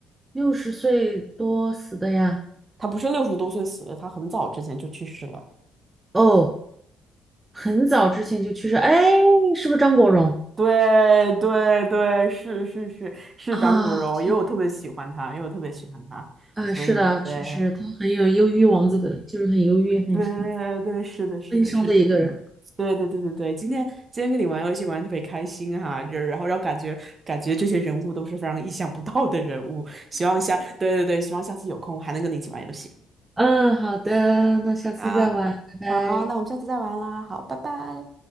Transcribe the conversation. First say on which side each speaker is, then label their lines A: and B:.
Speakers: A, on the right (about 20°); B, on the right (about 35°).
A: 六十岁多死的呀。
B: 他不是六十多岁死的，他很早之前就去世了。
A: 哦，很早之前就去世。哎，是不是张国荣
B: 对对对，是是是是长骨柔，
A: 啊？天呐，
B: 因为我特别喜欢他，因为我特别喜欢他，
A: 哎，
B: 所以对
A: 是的，确实他很有忧郁王子的，就是很忧郁、很很
B: 对对，是的，是的，
A: 悲伤的一个人。
B: 是的，对对对对对，今天今天跟你玩游戏玩的特别开心哈，就然后然后感觉感觉这些人物都是非常意想不到的人物，希望下对对对，希望下次有空还能跟你一起玩游戏。
A: 嗯，好的，那下次再玩，
B: 好，
A: 拜拜。
B: 好，那我们下次再玩啦，好，拜拜。